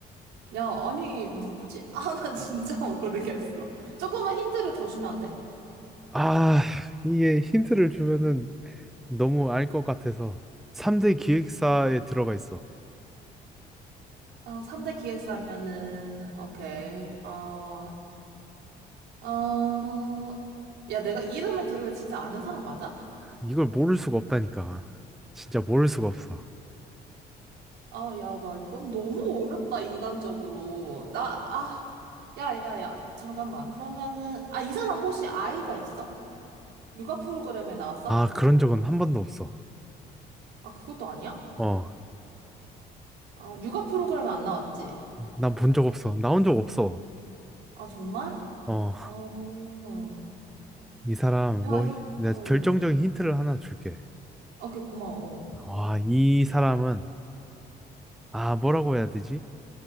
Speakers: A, on the right; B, in the centre.
A: 야, 아니, 누구지? 아, <laughs> 나 진짜 모르겠어. 조금만 힌트를 더 주면 안 돼?
B: 아 이게 힌트를 주면은 너무 알 것 같아서 3대 기획사에 들어가 있어.
A: 어, 3대 기획사면은, 오케이. 어, 어, 야, 내가 이름을 들으면 진짜 아는 사람 맞아?
B: 이걸 모를 수가 없다니까. 진짜 모를 수가 없어.
A: 아, 야, 나 이건 너무 어렵다, 인간적으로. 나, 아, 야, 야, 야, 잠깐만. 그러면은, 아, 이 사람 혹시 아이가 있어? 육아 프로그램에 나왔어?
B: 아, 그런 적은 한 번도 없어.
A: 아, 그것도 아니야?
B: 어,
A: 아, 육아 프로그램에 안 나왔지?
B: 난 본 적 없어. 나온 적 없어.
A: 아, 정말?
B: 어,
A: 어,
B: 이 사람,
A: 야,
B: 뭐,
A: 이,
B: 내가
A: 어.
B: 결정적인 힌트를 하나 줄게.
A: 오케이 고마워. 어.
B: 와, 이 사람은, 아, 뭐라고 해야 되지?